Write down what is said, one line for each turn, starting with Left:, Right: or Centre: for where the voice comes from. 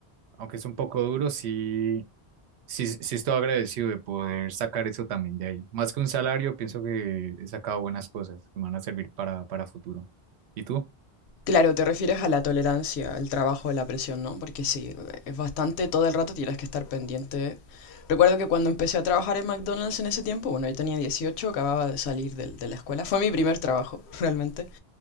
Right: aunque es un poco duro, sí, sí, sí estoy agradecido de poder sacar eso también de ahí. Más que un salario, pienso que he sacado buenas cosas que me van a servir para, para futuro. ¿Y tú?
Left: Claro, te refieres a la tolerancia, al trabajo, a la presión, ¿no? Porque sí, es bastante, todo el rato tienes que estar pendiente. Recuerdo que cuando empecé a trabajar en McDonald's en ese tiempo, bueno, yo tenía 18, acababa de salir del- de, la escuela, fue mi primer trabajo, <laughs> realmente.